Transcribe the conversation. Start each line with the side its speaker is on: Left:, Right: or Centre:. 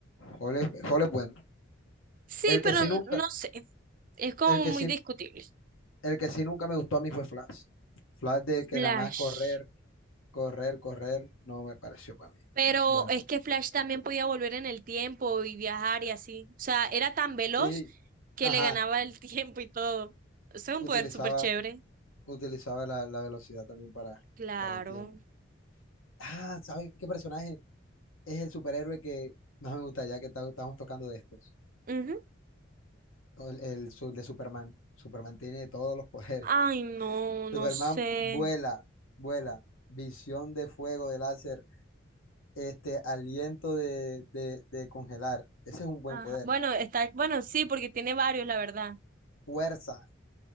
Left: Jole, Jole es bueno.
Right: Sí,
Left: El que
Right: pero
Left: sí
Right: n-
Left: nunca,
Right: no sé, es como
Left: el que
Right: muy
Left: sí
Right: discutible.
Left: El que sí nunca me gustó a mí fue Flash. Flash de que
Right: Flash.
Left: nada más correr, correr, correr, no me pareció para mí.
Right: Pero
Left: Bueno,
Right: es que Flash también podía volver en el tiempo y viajar y así. O sea, era tan veloz
Left: sí,
Right: que
Left: ajá,
Right: le ganaba el <laughs> tiempo y todo. Eso es un
Left: utilizaba,
Right: poder súper chévere.
Left: utilizaba la, la velocidad también para,
Right: Claro.
Left: para el tiempo. Ah, ¿sabes qué personaje es el superhéroe que más me gusta ya que ta- estamos tocando de estos?
Right: Ujú.
Left: O El, el su- de Superman. Superman tiene todos los poderes.
Right: Ay, no, no
Left: Superman
Right: sé.
Left: vuela, vuela, visión de fuego, de láser, este, aliento de, de de congelar. Ese es un buen
Right: Ajá.
Left: poder.
Right: Bueno, está, bueno, sí, porque tiene varios, la verdad.
Left: fuerza,